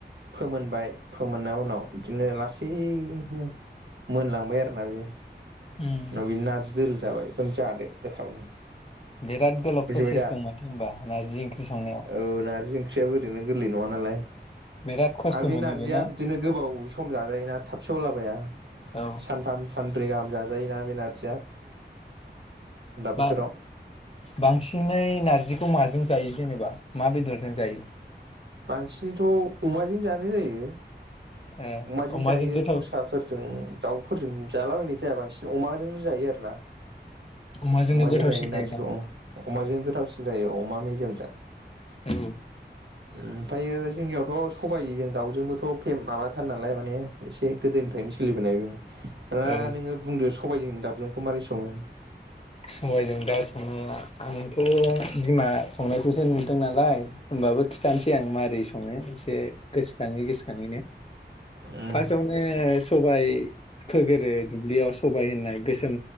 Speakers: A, on the right; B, on the left.
A: फोमोनबाय फोमोनना उनाव इदिनो लासैनो मोनलांबाय आरोना बेयो
B: उम
A: नाव बिनि नारजि दोलो जाबाय बेखौनो जादो गोथावनो।
B: बिराद गोलाव
A: बुजिबाय
B: प्रसेस
A: दा
B: दं माथो होमबा नारजि ओंख्रि संनायाव।
A: औ <unintelligible> गोरलै नङालाय।
B: बिराद खस्थ'
A: आरो बे
B: मोनो
A: नारजिया
B: बेना
A: बिदिनो गोबाव सम जाजायोना थाब सेवलाबाया।
B: औ
A: सानथाम सानब्रै गाहाम जाजायो ना बे नारजि बोथोराव
B: बा बांसिनै नारजिखौ माजों जायो जेनेबा मा बेदरजों जायो।
A: बांसिनैथ' अमाजों जानाय जायो।
B: ओ
A: अमाजों जायो
B: गोथाव
A: दस्राफोरजों दाउफोरजों जालाबायनाय जाया बांसिन अमाजोंबो जायो आरो ना।
B: अमाजोंनो
A: अमाजों
B: गोथावसिन
A: जायो
B: जायोदां
A: नारजिखौ औ अमाजों गोथावसिन जायो औ। अमा मेजेमजों।
B: औ।
A: ओमफायो जोंनियावथ' सबाइ जों दाउजोंबोथ' फे माबाथार नालाय माने एसे गोदोनिफ्रायनो सोलिबोनायबो। दा
B: औ
A: नोङो बुंदो स सबायजों दाबजोंखौ मारै सङो?
B: सबायजों दाउ संनाया आंथ' बिमा संनायखौसो नुदों नालाय होमबाबो खिथानोसै आं मारै स माने एसे गोसोखाङै गोसोखाङैनो
A: औ
B: फार्स्टआवनो सबाय फोग्रोयो दुब्लियाव सबाय होननाय गोसोम